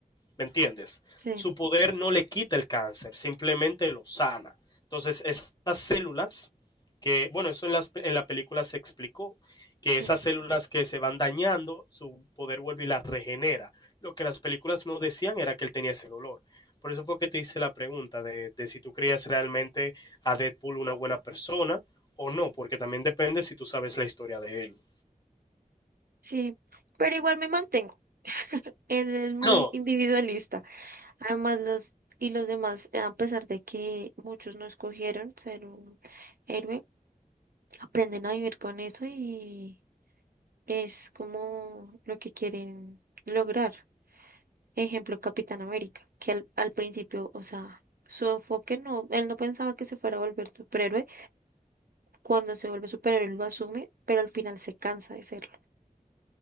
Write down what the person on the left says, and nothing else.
¿Me entiendes?
Su poder no le quita el cáncer, simplemente lo sana. Entonces, esas células que, bueno, eso en, las, en la película se explicó, que
esas células que se van dañando, su poder vuelve y las regenera. Lo que las películas no decían era que él tenía ese dolor. Por eso fue que te hice la pregunta de, de si tú creías realmente a Deadpool una buena persona o no, porque también depende si tú sabes la historia de él.
No,